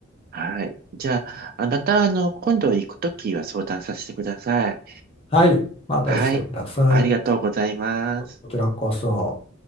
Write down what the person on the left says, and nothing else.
はい。またしてください。
こちらこそ。